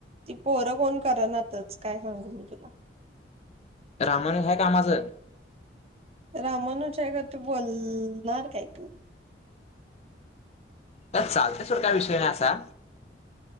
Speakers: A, on the right; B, on the left.
A: ती पोरं कोण करनातच काय सांगू मी तुला.
B: रामानु हाय कामाचं.
A: रामानुच्या गत बोलणार काय तू.
B: तर चालते सड काय विषय नाही, असा